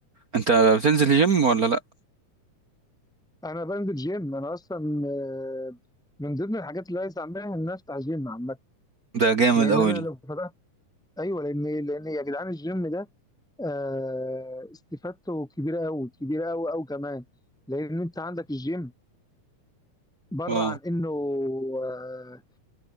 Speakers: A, on the right; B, in the centre.
A: انت بتنزل الجيم ولا لأ؟
B: انا بنزل جيم انا اصلا آه، من ضمن الحاجات اللي عايز اعملها ان أنا افتح جيم عامه
A: ده جامد
B: لان
A: أوي
B: انا لو فتحت ايوه لان لان يا جدعان الجيم ده آه، استفادته كبيره قوي كبيره قوي قوي كمان لان انت عندك الجيم بره
A: اه
B: عن انه آه،